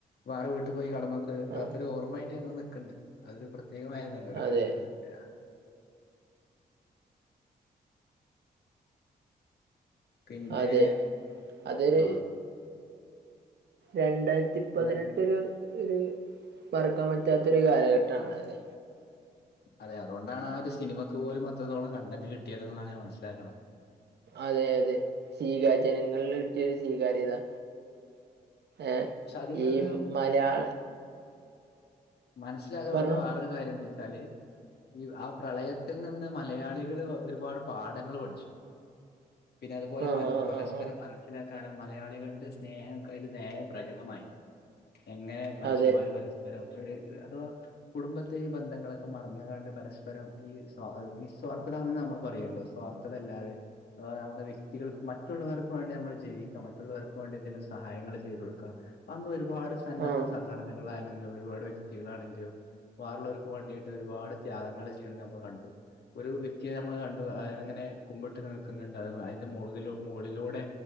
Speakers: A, on the left; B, on the right.
A: വേറെ വീട്ട്ക്ക് പോയി കടന്നോക്കക്ക് അതൊക്കൊരു
B: ആ
A: ഓർമ്മമായിട്ട് ങ്ങനെ നിൽക്ണ്ട് അതൊരു പ്രത്യേകമായ അത് രണ്ടായിരത്തിപന്ത്രണ്ടിലേയാ
B: അതെ
A: പിന്നെ
B: അതെ അതൊരു
A: ആ
B: രണ്ടായിരത്തി പതിനെട്ട്ഒരു
A: എന്താ
B: ഒരു മറക്കാൻ പറ്റാത്ത ഒരു കാലഘട്ടാണത്
A: അതെ അതുകൊണ്ടാണ് ആ ഒരു സിനിമയ്ക്ക് പോലും അത്രത്തോളം കണ്ടന്റ് കിട്ടിയതെന്നാണ് ഞാൻ മനസ്സിലാക്കണത്
B: അതെ അതെ സ്വീകാര്യ ജനങ്ങളിൽ കിട്ടിയരു സ്വീകാര്യതാ ഏഈ
A: പക്ഷെ അതിൽ നിന്ന്
B: മലയാള
A: മനസ്സിലായത്
B: പറഞ്ഞോ
A: കൊണ്ട് വേറൊരു കാര്യം എന്ന് വച്ച വച്ചാല് ഈ ആ പ്രളയത്തിൽ നിന്ന് മലയാളികള് ഒരുപാട് പാഠങ്ങൾ പഠിച്ചു പിന്നെ അതുപോലെ
B: ആഹ്
A: മ
B: ആഹ്
A: പരസ്പരം
B: ആഹ് ആഹ്
A: മനസ്സി മനസ്സിലാക്കാനും മലയാളികളുടെ സ്നേഹക്കെ അയില് നേരെ പ്രകടമായി എങ്ങനെ മനുഷ്യന്മാര്
B: അതെ
A: പരസ്പരം ഒരു അഥവാ കുടുംബത്തെയും ബന്ധങ്ങളൊക്കെ മറന്നുകണ്ട് പരസ്പരം ഈ സ് വിസ്വാർത്ഥത ന്ന് നമ്മൾ പറയല്ലോ സ്വാർ തതല്ലാതെ നമ്മുടെ വ്യക്തികൾക്ക് മറ്റുള്ളവർക്ക് വേണ്ടി നമ്മള് ജീവിക്കാം മറ്റുള്ളവർക്ക് വേണ്ടി എന്തെങ്കിലും സഹായങ്ങൾ ചെയ്തു കൊടുക്കാ അന്ന് ഒരുപാട് സന്നദ്ധ
B: ആഹ്
A: സംഘടനകളായാലും ആല്ലെങ്കിലും ഒരുപാട് വ്യക്തികളാണെങ്കിലും വേറള്ളോൽക്ക് വേണ്ടിയിട്ട് ഒരുപാട് ത്യാഗങ്ങള്ൾ ചെയ്യണത് നമ്മൾ കണ്ടു ഒരു വ്യക്തിയെ നമ്മൾ കണ്ടു അയാളിങ്ങനെ കുമ്പിട്ട് നിൽക്കുന്നുണ്ട് അ അതിന്റെ മുകളില മുകളിലൂടെ